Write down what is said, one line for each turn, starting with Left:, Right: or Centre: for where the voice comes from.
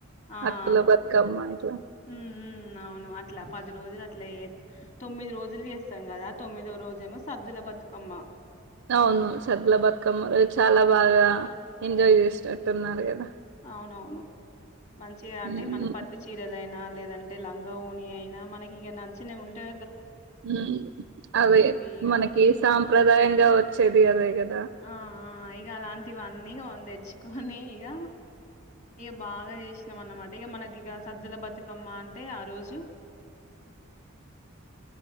Left: ఆ
Right: అటుకుల
Left: పొద్
Right: బతుకమ్మ ఇట్లా
Left: ఉమ్ ఉమ్ అవును అట్లా పది రోజులు అట్లా, తొమ్మిది రోజులు చేస్తాం కదా, తొమ్మిదో రోజుేమో సద్దుల బతుకమ్మ
Right: అవును సద్ల బతుకమ్మ చాలా బాగా ఎంజాయ్ చేసినట్టున్నారు కదా
Left: అవునవును మంచిగా అంటే
Right: ఉమ్
Left: మనం పట్టు చీరలు అయినా లేదంటే లంగా ఓని అయినా మనకి ఇక నచ్చిన ఉంటే
Right: మ్ అదే
Left: ఇగ
Right: మనకి సాంప్రదాయంగా వచ్చేది అదే కదా
Left: ఆ ఆ ఇగ అలాంటివన్నీ ఒన్ దెచ్చుకొని ఇగ ఇగ బాగా చేసినాం అన్నమాట ఇగ మనకి ఇగ సద్దుల బతుకమ్మ అంటే ఆ రోజు